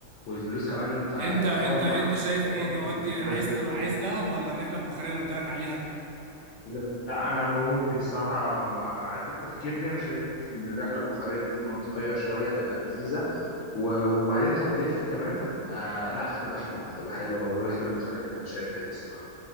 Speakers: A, on the left; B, on the right.
A: والفلوس كمان انت
B: انت
A: يعتبر
B: انت
A: ما
B: انت شايف ايه
A: ظبطني
B: نودي
A: في الفلوس ده
B: عايز
A: زي
B: تروح
A: الفل.
B: عايز دهب ولا الرحله البخاريه اللي قلت لك عليها
A: لا انا ممكن الصراحه مع اعاده التفكير دي انا شايف ان الرحله البخاريه دي, دي منطقيه شويه تبقى لذيذه و... وبعدين هنلف كمان فتبقى لا هتبقى حلوه هتبقى حلوه والرحله البخاريه ده انا شايف كده الصراحه